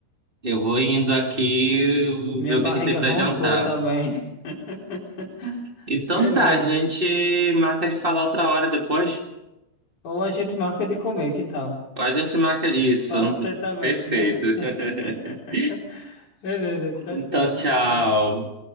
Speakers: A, on the right; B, on the left.
A: Eu vou indo aqui
B: Minha
A: ver o
B: barriga
A: que que tem pra
B: roncou
A: jantar.
B: também. <laughs>
A: Então
B: Beleza.
A: tá, a gente marca de falar outra hora depois.
B: Ou a gente marca de comer, que tal?
A: Ou a gente marca isso.
B: Pode ser também,
A: Perfeito.
B: né? <laughs>
A: <laughs>
B: Beleza, tchau,
A: Então,
B: tchau. Até
A: tchau.
B: a próxima.